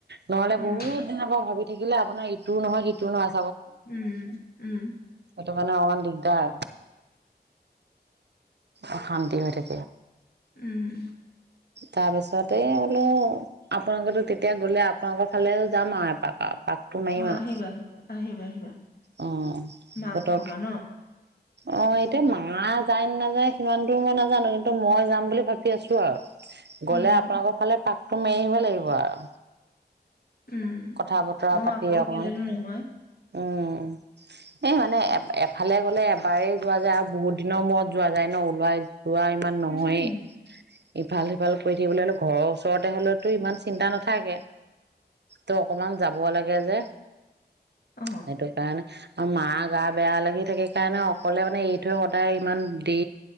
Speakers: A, on the right; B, on the left.
A: নহলে
B: উম,
A: বহুত দিনৰ পৰা ভাবি থাকিলে আপোনাৰ ইটো নহয়, সিটো নহয়।
B: উম, উম।
A: ত' মানে অকমান দিগদাৰ। অশান্তি হৈ থাকে
B: উম
A: তাৰপিছতে বোলো আপোনালোকো তেতিয়া গ'লে আপোনালোকৰ ফালে যাম আৰু এপাক আৰু। পাকটো মাৰিম
B: অ
A: আৰু
B: আহিবা আহিবা আহিবা আহিবা
A: অ',
B: মাকো
A: ফটক
B: কবা ন
A: অ এতিয়া মা যায় ন নাযায় সিমান দূৰো মই নাজানো কিন্তু মই যাম বুলি ভাবি আছো আৰু গলে
B: উম
A: আপোনোক ফালে তটো মাবি আহিব লাগিব আৰু
B: উম
A: কথা বতৰা
B: অ
A: পাতি
B: আকৌ অকলে
A: অকমান
B: নহয়
A: উম এই মানে এ এফালে গলে এবাৰেই যোৱা যায় আৰু বহুত দিনৰ মূৰত যোৱা যায় ন ওলাই ৰোৱা ইমান নহয়েই
B: উম
A: ইফাল সিফাল কৰি থাকিবলৈ হ'লে ঘৰৰ ওচৰতে হ'লেওতো ইমান চিন্তা নাথাকে তো অকমান যাব লাগে যে।
B: অ
A: সেইটো কাৰণে আৰু মা গা বেয়া লাগি থাকে কাৰণে অকলে মানে এৰি থৈ সদায় ইমান দি